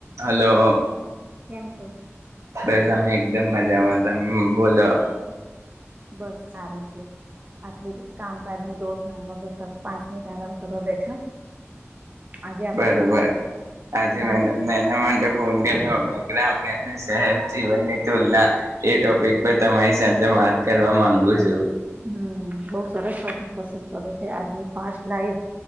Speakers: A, on the right (about 80°); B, on the right (about 35°).
A: હલો
B: કેમ છો
A: બસ અમે એકદમ મજામાં તમ બોલો
B: બસ સારું છે એટ કામકાજ ની દોર ધામ માં બ પાંચ મિનિટ આરામ કરો બેઠા આજે આપણે
A: બરોબર આજે
B: ગામ
A: નૈના મેડમ હણા ગ્રામ્ય અને શહેર જીવનની તુલના એ ટોપિક પર તમારી સાથે વાત કરવા માંગુ છું
B: હમ બઉ સરસ સાથે પસંદ કરે છે આ ફાસ લાઈફ